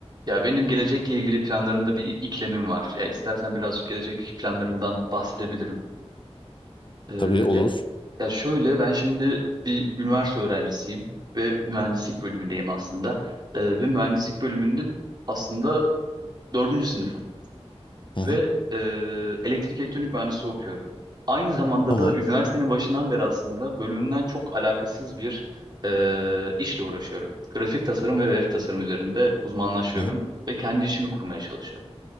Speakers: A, on the right (about 40°); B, on the left (about 50°).
A: Ya benim gelecekle ilgili planlarımda bir iklemim var. Ya istersen birazcık gelecek planlarımdan bahsedebilirim. Ee,
B: Tabii olur.
A: ya, ya şöyle ben şimdi bir üniversite öğrencisiyim ve mühendislik bölümündeyim aslında. Ee, ve mühendislik bölümünde aslında dördüncü sınıfım
B: Hı
A: ve
B: hı.
A: e, elektrik elektronik mühendisliği okuyorum. Aynı zamanda
B: Tamam.
A: da üniversitenin başından beri aslında bölümümden çok alakasız bir e, işle uğraşıyorum. Grafik tasarım ve web tasarım üzerinde uzmanlaşıyorum
B: Hı hı.
A: ve kendi işimi kurmaya çalışıyorum.